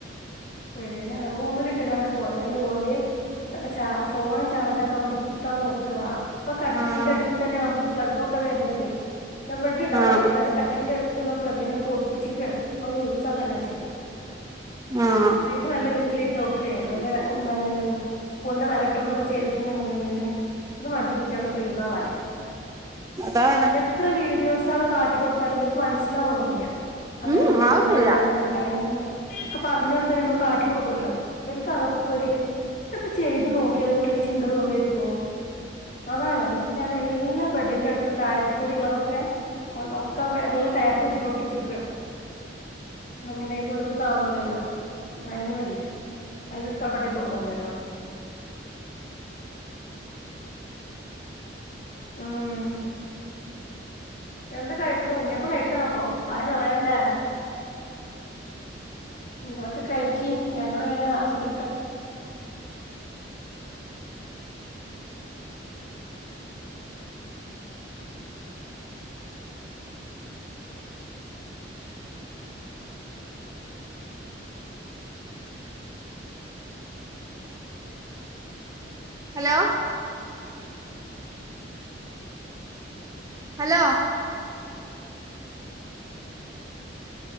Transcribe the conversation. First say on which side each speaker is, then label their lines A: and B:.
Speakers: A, on the left; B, on the right.
A: പേടന്നെ റൂമിലിട്ട്കാണ്ട് പോയാല് ഓലെ ചാ ഫോൺ ചാർജാക്കാൻ വേണ്ടി കുത്താൻ നോക്കാ ഇപ്പ കട്ടിലിന്റെ
B: ആഹ്
A: ഏട്ത്തന്നെ നമുക്ക് ഫ്ളഗും ക്കെ വര്നത് <unintelligible>
B: ആഹ്
A: ഞന് കട്ടിലിന്റെടു ള്ള ഫ്ലഗ് നൊക്കെ ഒട്ടിച്ചിക്കാണ് അഹ് ന്ന് യൂസാക്കണ്ടച്ചിട്ട്
B: ആഹ്
A: <unintelligible> ക്ക്‌ളിട്ടോക്കെ വല്ല എന്താണ് സ്പൂന്റെ വെലട്ടോക്ക ക്കെ ചെയ്തിട്ട്ന്ന്ണ്ടെങ്കില് അത് മതി കുട്ടികള് ഫ്രീസാവാന്
B: അതാണ്
A: എത്ര വീഡിയോസാള് കാട്ടിക്കൊട്ത്താലും ഇവർക്ക് മനസ്സിലാവ്ണുല്ല അങ്ങനെണ്ട്
B: ഉം അതൊന്നുല്ല
A: ഇങ്ങനെണ്ട് അങ്ങനെ ണ്ടായിനു പറഞ്ഞോട്ത്താ നമ്മള് കാട്ടിക്കോട്ക്കുലല്ലോ ബൽക്കതൊക്കോര് ഏത്താപ്പ ചെയ്ത് നോക്കിയാല് ന്നൊര് ചിന്ത തോന്നിരിക്കും അതാണ് എന്നിട്ട് പ്പ ഞാൻ എല്ലാ ബെഡിന്റെട്ത്തും താഴത്ത് കൂടി ള്ളതൊക്കെ ഒക്കെ വെള്ള ട്ടാപ്പെച്ച്ട്ട് ഒട്ടിചെക്കാണ് ന്നാപിന്നെ അയ്ന്റെ ഉള്ള്ക്ക് കാണൂല്ലല്ലോ അയിന് വേണ്ടീട്ട് അയ്ല് ഇട്ടോക്കട്ടെ തോന്നുല്ലോല്ലോ ഉം എന്ത് കഴിക്ണ് ഉണ്ണിയപ്പം കഴിക്കാണ് പ്പൊ വായന്നറയല്ലേ നിങ്ങളൊക്കെ കഴക്കി ഞങ്ങളിങ്ങനെ ആസ്വദിക്ക
B: ഹലോ ഹലോ